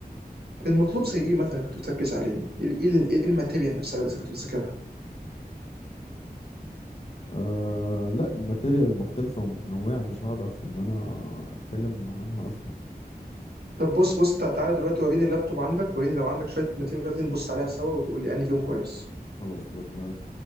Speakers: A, on the right (about 75°); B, on the left (about 40°).
A: كان المطلوب زي إيه مثلا كنت بتركز عليه؟ إيه إيه- إيه الماتيريال نفسها اللي كنت بتذاكرها؟
B: أه لا الماتيريال مختلفة ومتنوعة مش هعرف إن أنا أتكلم عنها أصلا
A: طب بص بص تع- تعالى دلوقتي وريني اللابتوب عندك وريني لو عندك شوية ماتيريال دي نبص عليها سوا وتقول لي أنهي فيهم كويس
B: خلاص لما